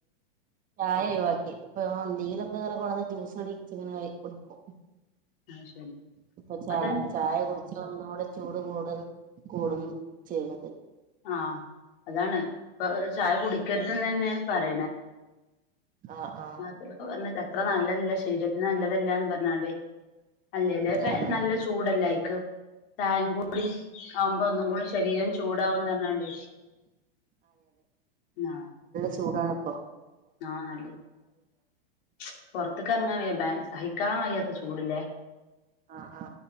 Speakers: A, on the right (about 25°); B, on the left (about 60°).
A: ചായ ഒഴിവാക്കി ഇപ്പ എന്തെങ്കിലും ങ്ങനെ കൊണ്ടന്ന് ജ്യൂസ് ടിച്ചിങ്ങനെ കഴിക്കും
B: ആ ശരി
A: പ്പൊ ച
B: അതന്നെ
A: ചായ കുടിച്ച ഒന്നൂടെ ചൂട് കൂടും കൂടും ചെയ്യുന്നത്
B: ആ അതാണ് ഇപ്പൊ ചായ കുടിക്കരുത് ന്നേന്നെ ന്നെ പറയ്ണേ
A: ആഹ് ആഹ്
B: നാട്ടിലൊക്കെ വന്നതാ അത്ര നല്ലതല്ല ശരീര നല്ലതല്ലാന്ന് പറഞ്ഞാണ്ടെ അല്ലേല്ലേ
A: ആഹ്
B: നല്ല ചൂടല്ലേ അയ്ക്ക് ചായേം കൂടി ആവുമ്പോ ഒന്നും കൂടി ശരീരം ചൂട് ണ്ടാവുംന്ന് ഞ്ഞാണ്ടെ ആ
A: ചൂടാണ്പ്പൊ
B: ആ നല്ല ചൂ പൊറ്ത്ത്ക്കെറങ്ങാൻ വയ്യ ബ സഹിക്കാൻ കയ്യാത്ത ചൂട്ല്ലേ
A: ആ ആ